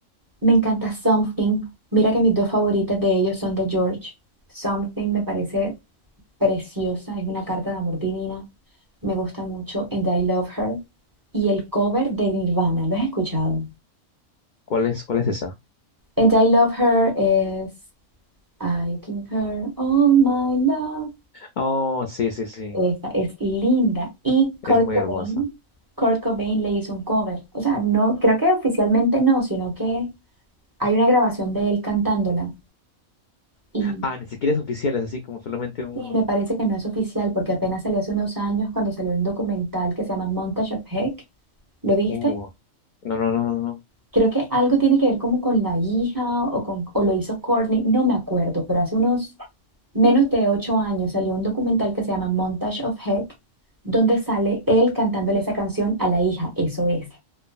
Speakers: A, on the right; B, on the left.
A: Me encanta Something. Mira que mis dos favoritas de ellos son de George. Something me parece preciosa, es una carta de amor divina. Me gusta mucho And I Love Her. Y el cover de Nirvana, ¿lo has escuchado?
B: ¿Cuál es, cuál es esa?
A: And I Love Her es I give her all my love.
B: Oh, sí, sí, sí.
A: Esa es linda. Y
B: Es
A: Kurt
B: muy
A: Cobain,
B: hermosa.
A: Kurt Cobain le hizo un cover. O sea, no, creo que oficialmente no, sino que hay una grabación de él cantándola. Y,
B: Ah, ni siquiera es oficial, es así como solamente un...
A: y me parece que no es oficial porque apenas salió hace unos años cuando salió un documental que se llama Montage of Heck. ¿Lo viste?
B: Uh, no, no, no, no. no.
A: Creo que algo tiene que ver como con la hija o, con, o lo hizo Courtney, no me acuerdo, pero hace unos menos de ocho años salió un documental que se llama Montage of Heck, donde sale él cantándole esa canción a la hija, eso es.